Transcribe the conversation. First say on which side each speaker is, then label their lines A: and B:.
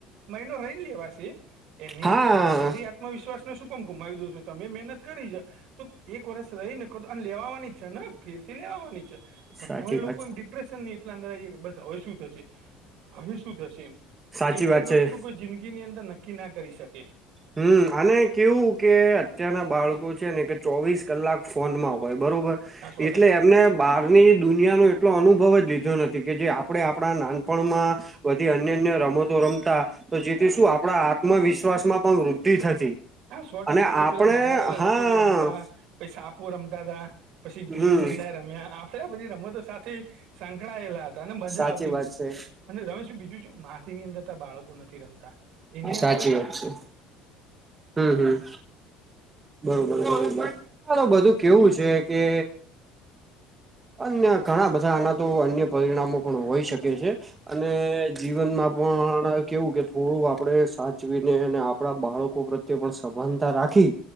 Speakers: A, on the right (about 60°); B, on the right (about 20°).
A: મહિનો રન લેવાસી એની
B: હા
A: અંદર તમારી આ. વિશ્વાસ ને શું કેમ ગુમાવી દો છો તમે મહેનત કરી જા તો. એક વર્ષ રહી ને કહ તો અને લેવાની છે ને ફેરથી લેવાવાની છે. પણ
B: સાચી
A: તો એ લોકો
B: વાત
A: એમ ડિપ્રેશન ની એટલા અંદર આવીાય બસ હવે શું થશે હવે શું થશે એમ.
B: સાચી
A: એક
B: વાત
A: જ
B: છે
A: વસ્તુ કોઈ જિંદગીની અંદર નક્કી ના કરી શકે.
B: હમ અને કેવું. કે અત્યારના બાળકો છે ને કે ચોવીસ કલાક ફોનમાં હોય બરોબર
A: હા સો
B: એટલે
A: ટકા
B: એમને. બહારની દુનિયાનો એટલો અનુભવ જ લીધો નથી કે જે આપણે આપણા નાનપણમાં. બધી અન્ય અન્ય રમતો રમતા. તો જેથી
A: હમ
B: શું આપણા આત્મવિશ્વાસ માં પણ વૃદ્ધિ થતી.
A: હા સો ટકા
B: અને આપણે
A: આપડે પેલા નાના હતા એલે
B: હા
A: લખોડી રમતા પછ સાપુ રમતા હતા. પછી ગીલી
B: હમ
A: ડંડા એ રમ્યા આપડે બધી રમતો સાથે. સંકળાયેલા હતા ને મજા
B: સાચી
A: આવતી.
B: વાત છે
A: અને રમેશ બીજું માટીની અંદર ત બાળકો નથી રમતા એની અંદર.
B: સાચી વાત છે. હમ હમ. બરોબરબ ચાલ બધું કેવું છે કે અન્ય ઘણા બધા આના તો અન્ય પરિણામો પણ હોઈ શકે છે. અને જીવનમાં પણ કેવું કે થોડું આપડે સાચવીને અને આપણા બાળકો પ્રત્યે. તે પણ સભાનતા રાખી.